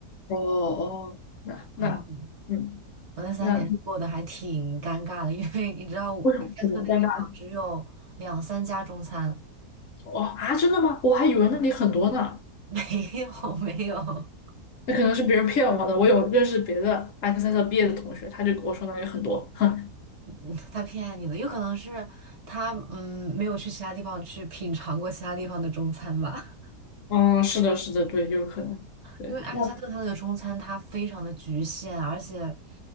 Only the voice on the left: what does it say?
哦哦，那那嗯，
那
为什么怎么尴尬？哦啊，真的吗？我还以为那里很多呢。
那可能是别人骗我的。我有认识别的埃克塞特毕业的同学，他就跟我说那里很多。<laughs> 哼，
嗯，是的，是的，对，有可能。对，
那